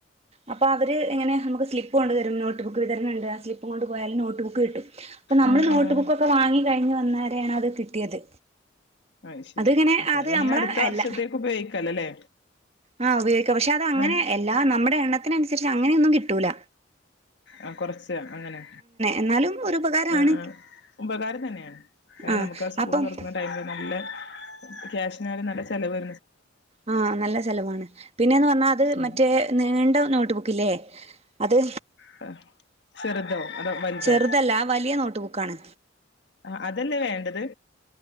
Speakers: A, on the right; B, on the left.
A: അപ്പൊ അവരെ ഇങ്ങനെ സ്ലിപ്പ് തരും നോട്ട്ബുക്ക് വിതരണം ഇണ്ട് ആ സ്ലിപ് കൊണ്ടേ പോയാൽ നോട്ട്ബുക്ക് കിട്ടും ഇപ്പ നമ്മൾ
B: ആഹ്
A: നോട്ട്ബുക്കൊക്കെ
B: ആഹ്
A: വാങ്ങി കഴിഞ്ഞേ വന്ന <unintelligible> അതെ കിട്ടിയത്
B: അത് ശരി
A: അതെ ഇങ്ങനെ
B: അപ്പൊ
A: അതെ
B: ഇനി
A: നമ്മള
B: അടുത്ത
A: അല്ല
B: വർഷത്തേക്ക് ഉപയോഗിക്കാലോ അല്ലേ
A: ആ ഉപയോഗിക്കം
B: നൽ
A: അല്ല നമ്മ എണ്ണത്തിനെ അനുസരിച്ചേ അങ്ങനെ ഒന്നുംകിട്ടൂല
B: ആ കുറച്ചേ അങ്ങനെ
A: എന്നാലും ഒരു ഉപകാരാണ്
B: ആ ആ ഉപകാരംതന്നെയാണ്
A: ആഹ്
B: നമ്മുക്ക് സ്കൂൾ
A: അപ്പം
B: തുറക്കണ ടൈമിൽ നല്ല- കാശിനെയായാലും നല്ല ചിലവ് വാ
A: ആ നല്ല ചിലവയാണ് പിന്നെന്നെ പറ അതെ
B: ഉം
A: മറ്റേ നീണ്ട നോ നോട്ട്ബുക്ക് ഇല്ലേ അതെ
B: ഹ ചെറുതോ അതോ വലുതോ
A: ചെറുതല്ല വലിയ നോട്ട്ബു ബുക്ക്‌ ആണ്
B: ആ അതെയല്ലേ വേണ്ടത്